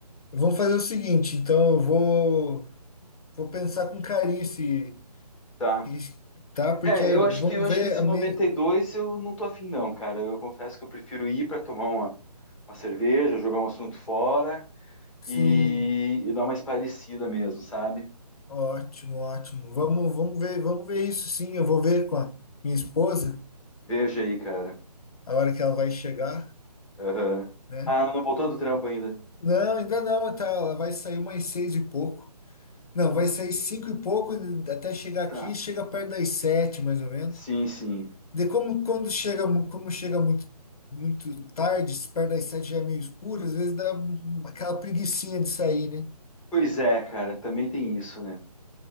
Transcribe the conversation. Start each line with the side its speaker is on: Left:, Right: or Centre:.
Left: Vamos fazer o seguinte, então eu vou, vou pensar com carinho se,
Centre: Tá.
Left: se- tá? Porque
Centre: É, eu
Left: vamos
Centre: acho que eu acho
Left: ver
Centre: que esse
Left: a
Centre: noventa
Left: minha.
Centre: e dois eu não tô afim não, cara. Eu confesso que eu prefiro ir para tomar uma, uma cerveja, jogar um assunto fora
Left: Sim,
Centre: e, e dar uma espairecida mesmo, sabe?
Left: Ótimo, ótimo. Vamos, vamos ver, vamos ver isso sim. Eu vou ver com a minha esposa
Centre: Veja aí, cara.
Left: a hora que ela vai chegar,
Centre: Aham.
Left: né?
Centre: Ah, não voltou do trampo ainda.
Left: Não, ainda não, tá, ela vai sair umas seis e pouco. Não, vai sair cinco e pouco até chegar
Centre: Tá.
Left: aqui, chega perto das sete, mais ou menos.
Centre: Sim, sim.
Left: De como quando chega, mu- como chega muito muito tarde, se perto das sete já é meio escuro, às vezes dá um- um, aquela preguicinha de sair, né?
Centre: Pois é, cara, também tem isso, né?